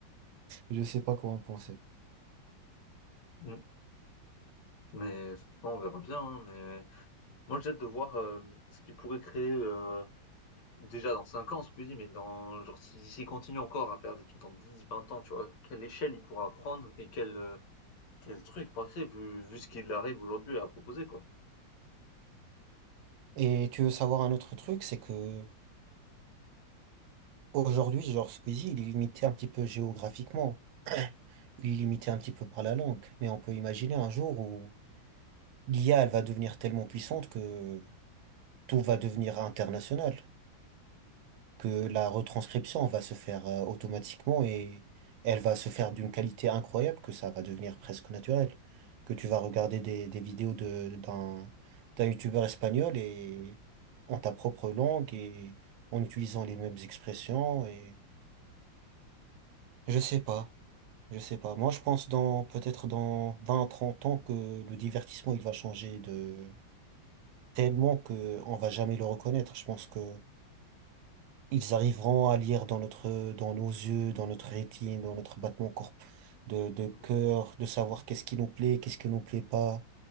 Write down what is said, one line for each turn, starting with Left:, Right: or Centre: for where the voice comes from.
Right: je sais pas quoi en penser.
Left: Mm. Mais franchement, on verra bien, hein, mais moi j'ai hâte de voir euh, ce qu'il pourrait créer euh, déjà dans 5 ans, Squeezie, mais dans, genre, si- s'il continue encore à faire des trucs dans 10 20 ans, tu vois, quelle échelle il pourra prendre et quel, euh, quel truc il pourra créer, vu, vu ce qu'il arrive aujourd'hui à proposer, quoi.
Right: Et tu veux savoir un autre truc, c'est que aujourd'hui, genre Squeezie, il est limité un petit peu géographiquement, il est limité un petit peu par la langue, mais on peut imaginer un jour où l'IA, elle va devenir tellement puissante que tout va devenir international. que la retranscription va se faire euh, automatiquement et elle va se faire d'une qualité incroyable que ça va devenir presque naturel. Que tu vas regarder des, des vidéos de, d'un, d'un youtubeur espagnol et en ta propre langue et en utilisant les mêmes expressions et je sais pas, je sais pas. Moi, je pense dans, peut-être dans 20 30 ans que le divertissement, il va changer de tellement que on va jamais le reconnaître. Je pense que Ils arriveront à lire dans notre, dans nos yeux, dans notre rétine, dans notre battement corp de, de cœur,
Left: Mm.
Right: de savoir qu'est-ce qui nous plaît, qu'est-ce qui nous plaît pas,